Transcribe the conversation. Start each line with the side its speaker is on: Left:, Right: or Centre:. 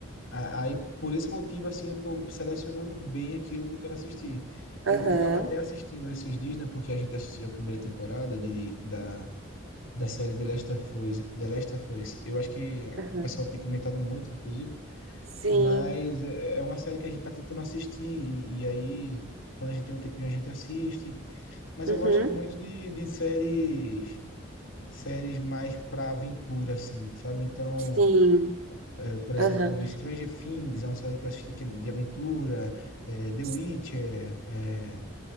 Left: A- Aí, por esse motivo, assim, eu tô selecionando bem aquilo que eu quero assistir. Eu,
Right: Aham,
Left: eu tava até assistindo esses dias, né, porque a gente assistiu a primeira temporada de, da, da série The Last of Us, The Last of Us. Eu acho que
Right: aham,
Left: o pessoal tem comentado muito, inclusive,
Right: sim,
Left: Mas é é uma série que a gente tá tentando assistir, e, e aí, quando a gente tem um tempinho, a gente assiste. Mas
Right: uhum,
Left: eu gosto muito de, de séries, séries mais pra aventura, assim, sabe? Então,
Right: sim,
Left: é, por exemplo,
Right: aham,
Left: Stranger Things é uma série que eu assisti que é de aventura, é, The
Right: sim.
Left: Witcher, é,